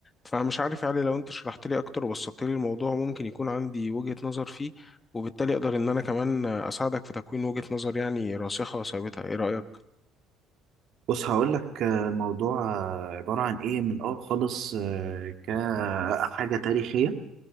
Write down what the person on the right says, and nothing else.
بص هقول لك الموضوع آه، عبارة عن إيه من آه خالص آه، كحاجة تاريخية